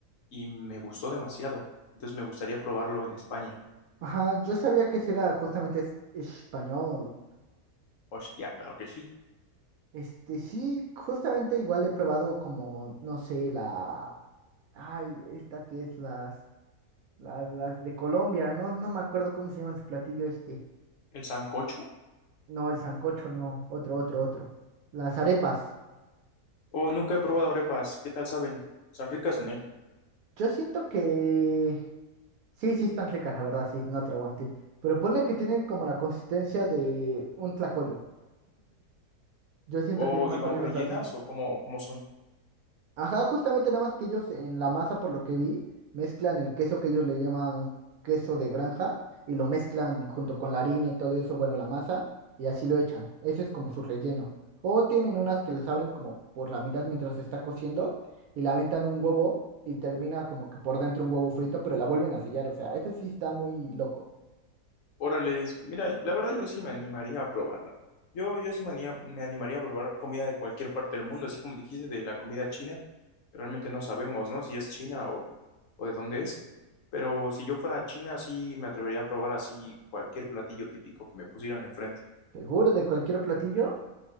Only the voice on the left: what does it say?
y me gustó demasiado. Entonces me gustaría probarlo en España.
Hostia, claro que sí.
¿El sancocho?
O nunca he probado arepas. ¿Qué tal saben? ¿Están ricas son él?
¿O
Iván
rellenas
o cómo, cómo son?
Órale, mira, la verdad yo sí me animaría a probarla. Yo, yo sí me anima- me animaría a probar comida de cualquier parte del mundo, así como dijiste de la comida china. Realmente no sabemos, ¿no? Si es china o, o de dónde es. Pero si yo fuera a China, sí me atrevería a probar así cualquier platillo típico que me pusieran enfrente.